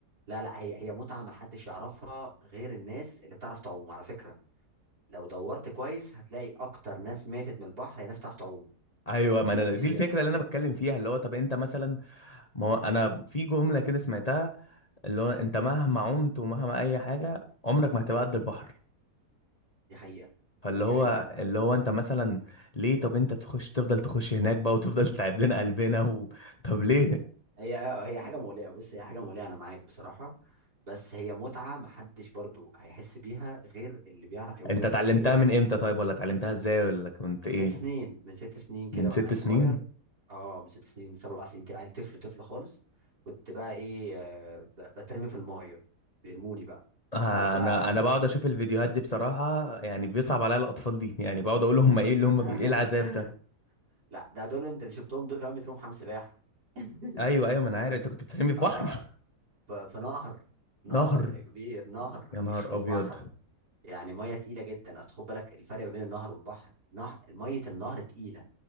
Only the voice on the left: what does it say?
ايوه ما
انا دي الفكره اللي انا بتكلم فيها اللي هو طب انت مثلا ما هو انا في جمله كده سمعتها اللي هو انت مهما عمت ومهما اي حاجه عمرك ما هتبقى قد البحر
فاللي
هو
اللي هو انت مثلا ليه طب انت تخش تفضل تخش هناك بقى وتفضل <laughs> تتعب لنا قلبنا و... طب ليه
انت
اتعلمتها
من امتى طيب ولا اتعلمتها ازاي ولا كنت ايه
من ست
سنين
آه،
انا انا بقعد اشوف الفيديوهات دي بصراحة يعني بيصعب عليا الاطفال دي يعني بقعد اقول هم ايه اللي
هم بي... ايه العذاب ده
ايوه
ايوه ما انا
عارف
انت كنت بترمي في
بحر
<laughs>
نهر
يا نهار
ابيض